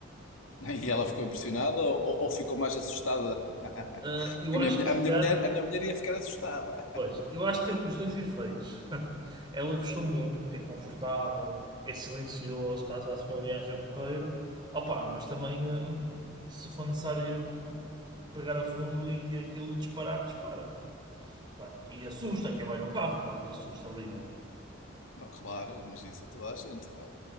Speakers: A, on the left; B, on the right.
A: E ela ficou impressionada ou, ou ficou mais assustada? <laughs>
B: Ah, eu
A: Porque a
B: acho
A: minha, mulher-
B: que
A: a
B: se
A: minha
B: calhar
A: mulher, a minha mulher ia ficar assustada.
B: Pois, eu acho que teve os dois efeitos. <laughs> Ela gostou muito porque é confortável, é silencioso, passa se uma viagem porreira. Opa, mas também hum, se for necessário pegar a fundo e aquilo disparar, dispara. Pá, E assusta quem vai no carro, claro que assusta, obrigado.
A: Não, claro, mas isso a toda a gente, não é?